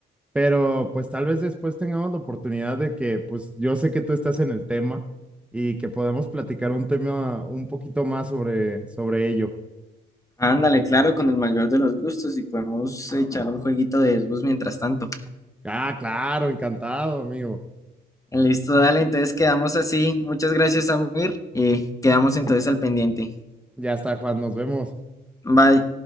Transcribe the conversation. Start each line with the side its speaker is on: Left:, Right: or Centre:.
Centre: Pero pues tal vez después tengamos la oportunidad de que, pues yo sé que tú estás en el tema y que podemos platicar un tema un poquito más sobre, sobre ello.
Left: Ándale, claro, con el mayor de los gustos y podemos echar un jueguito de Xbox mientras tanto.
Centre: Ah, claro, encantado, amigo.
Left: Listo, dale, entonces quedamos así. Muchas gracias, Amir, y quedamos entonces al pendiente.
Centre: Ya está, Juan, nos vemos.
Left: Bye.